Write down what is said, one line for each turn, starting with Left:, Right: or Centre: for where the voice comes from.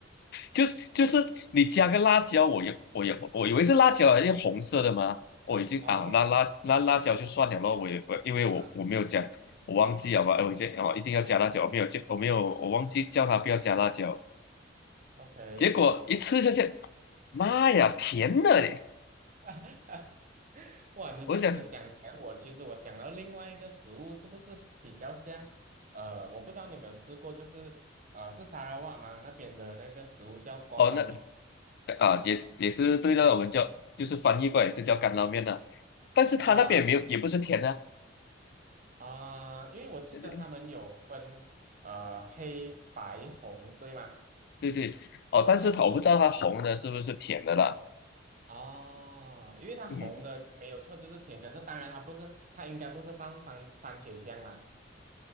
Left: 就就是你加个辣椒，我有我有我以为是辣椒，是红色的嘛，我已经啊，
Right: 哦，
Left: 那辣那辣椒就算了咯，我也我因为我我没有讲，
Right: 嗯
Left: 我忘记好吧。哎我先哦一定要加辣椒，
Right: ，OK
Left: 我没有叫我没有我忘记叫他不要加辣椒，
Right: OK，
Left: 结果一吃下去，妈呀，甜的嘞！
Right: <laughs> 哇，你这样子讲起来，
Left: 我想
Right: 我其实我想到另外一个食物，是不是比较像？呃，我不知道你有没有吃过，就是呃，是沙拉瓦吗？那边的那个食物叫 g
Left: 哦那
Right: o 米
Left: 啊也也是对的，我们叫就是翻译过来也是叫干捞面的、但是他那边没有也不是甜的啊
Right: 啊啊，因为我记得他们有分呃黑白红，
Left: 对对
Right: 对吗？
Left: 对对，哦，但是他我不知道他红的是不是甜的啦。
Right: 哦，因为它红的没有错，
Left: 嗯
Right: 就是甜，可是当然它不是，它应该不是放番番茄酱啦。